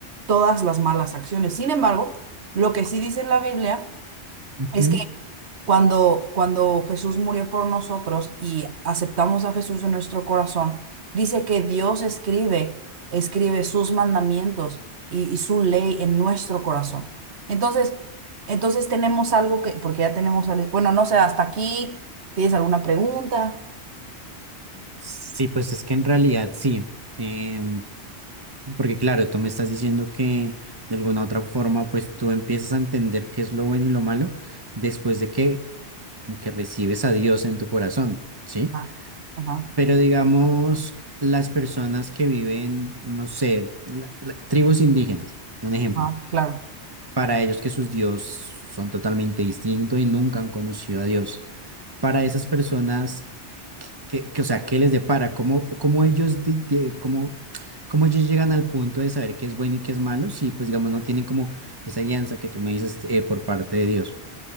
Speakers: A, on the right (about 70°); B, on the right (about 20°).
A: todas las malas acciones. Sin embargo, lo que sí dice en la Biblia
B: Ujú.
A: es que cuando, cuando Jesús murió por nosotros y aceptamos a Jesús en nuestro corazón, dice que Dios escribe, escribe sus mandamientos y, y su ley en nuestro corazón. Entonces, entonces tenemos algo que, porque ya tenemos, algo- bueno, no sé, hasta aquí, ¿tienes alguna pregunta?
B: Sí, pues es que en realidad sí. Em, Porque claro, tú me estás diciendo que de alguna otra forma, pues tú empiezas a entender qué es lo bueno y lo malo después de que como que recibes a Dios en tu corazón, ¿sí?
A: Ah, Ajá,
B: Pero digamos, las personas que viven, no sé, la- la- tribus indígenas, un ejemplo,
A: ajá, claro.
B: para ellos que sus dios son totalmente distintos y nunca han conocido a Dios. Para esas personas que, que, o sea, ¿qué les depara? ¿Cómo, cómo ellos, de- de- cómo, cómo ellos llegan al punto de saber qué es bueno y qué es malo? Si, pues, digamos, no tienen como esa guianza que tú me dices eh, por parte de Dios.